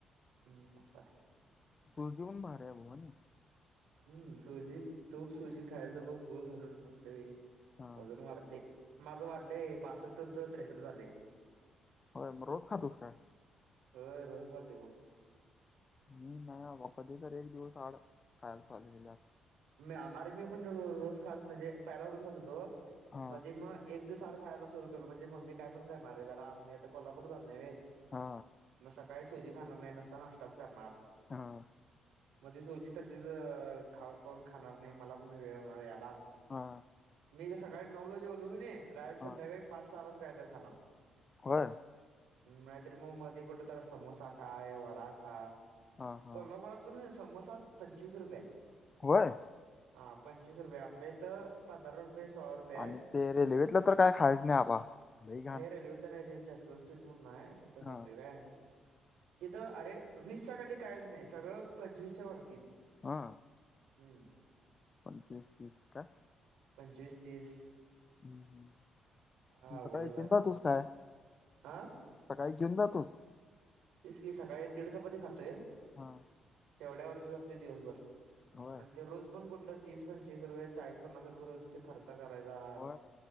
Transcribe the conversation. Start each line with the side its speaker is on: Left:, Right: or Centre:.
Right: हू असाय
Left: सुजी पन भारीय व्हनी
Right: हू सुजीत तूप सुजी खायचं बघ गुळ घालून मस्त पैकी
Left: हा
Right: वजन वाढतय माझं वाढलंय बासष्ट होतं त्रेसष्ट झालंय
Left: होय म रोज खातोस काय
Right: होय रोज खातोय बघ
Left: मी नाही बाबा कधी तरी एक दिवस आड खायचं चालू केल्यात
Right: म आर मी पण रोज खात म्हणजे पहिला रोज खात होतो
Left: हा
Right: मधी म एक दिवस आड खायला सुरू केलं म्हजे मम्मी काय पण करणार रे जरा मी आता कोल्हापूरला जात नाही व्हय
Left: हा
Right: म सकाळी सुजी खाणार नाही नुसता नाष्टाच करणार
Left: हां
Right: म ते सुजी तशीच खाऊ कोण खाणार नाही मला पण वेळ होणार याला
Left: हा
Right: मी सकाळी नऊला जेवलो कणी डायरेक्ट
Left: हा
Right: संध्याकाळी पाच सहा लाच काय तर खाणार
Left: होय
Right: नाही तर म मध्ये कुठ तर समोसा खा हे वडा खा
Left: हा हा
Right: कोल्हापुरात पण समोसा पंचवीस रुपय
Left: होय
Right: आ पंचवीस रुपय आपल्या इथं पंधरा रुपय सोळा रुपय
Left: आणि ते रेल्वेतलं तर काय खायच नाही आबा लई घाण
Right: हाय हे रेल्वेतल नाही तिथ जास्त दोन सीट म्हणून हाय तिथं खातोय
Left: हा
Right: काय तिथं अरे वीसच्या खाली कायच नाही सगळं पंचवीसच्या वरतीच
Left: हा
Right: हू
Left: पंचवीस तीस काय
Right: पंचवीस तीस
Left: हू
Right: हा
Left: म
Right: अवघडच
Left: सकाळी जेऊन
Right: आहे
Left: जातोस काय
Right: हा
Left: सकाळी जेऊन जातोस
Right: तेच की सकाळी एक दीड चपाती खातोय
Left: हा
Right: तेवढ्यावरतीच असतोय दिवसभर
Left: होय
Right: आणि ते रोज पण कुठलं तीस पंचवीस रुपय चाळीस पन्नास रुपय रोज च खर्चा करायचा
Left: होय